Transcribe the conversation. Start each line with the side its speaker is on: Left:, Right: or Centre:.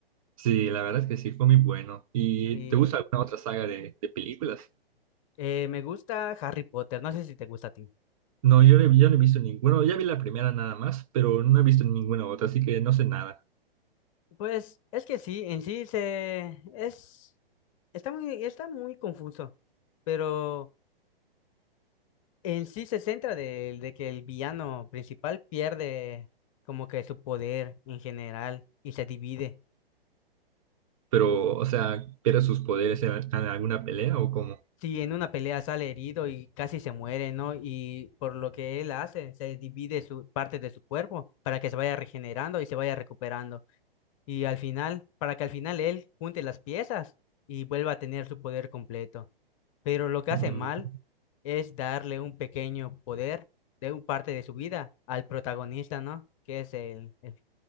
Right: Sí, la verdad es que sí, fue muy bueno. ¿Y
Left: Sí,
Right: te gusta alguna otra saga de, de películas?
Left: Eh, me gusta Harry Potter, no sé si te gusta a ti.
Right: No, yo, no yo no he visto ninguna. Ya vi la primera nada más, pero no he visto ninguna otra, así que no sé nada.
Left: Pues es que sí, en sí se es está muy está muy confuso, pero en sí se centra de, de que el villano principal pierde como que su poder en general y se divide.
Right: Pero, o sea, ¿pierde sus poderes en, en alguna pelea o cómo?
Left: Si en una pelea sale herido y casi se muere, ¿no? Y por lo que él hace, se divide su parte de su cuerpo para que se vaya regenerando y se vaya recuperando. Y al final, para que al final él junte las piezas y vuelva a tener su poder completo. Pero lo que
Right: Mm,
Left: hace mal es darle un pequeño poder de un parte de su vida al protagonista, ¿no? Que es el, el,